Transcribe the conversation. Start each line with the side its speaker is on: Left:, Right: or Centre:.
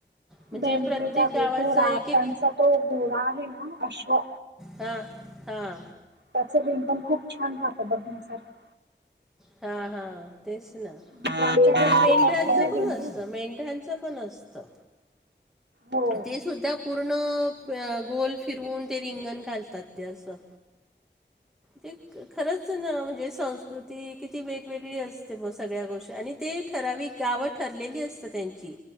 Centre: म्हणजे
Right: मेंढरे
Centre: प्रत्येक
Right: झाली,
Centre: गावाचं
Right: घोडा,
Centre: एक एक
Right: त्यांचा तो घोडा आहे ना अश्व
Centre: हां हां.
Right: त्याच रिंगण खूप छान राहतं बघण्यासारखं.
Centre: का हा तेच ना
Right: जे आमच्या
Centre: आण
Right: घरी
Centre: ते मेंढऱ्यांचं
Right: येत असते ना
Centre: पण
Right: दिंडी
Centre: असतं मेंढ्यांचं पण अस त
Right: हो
Centre: ते सुद्धा पूर्ण अ गोल अ फिरून ते रिंगण घालतात ते असं. ते खरंच ना म्हणजे संस्कृती किती वेगवेगळी असते बा सगळ्या गोष्टी आणि ते ठरावीक गावं ठरलेली असतां त्यांची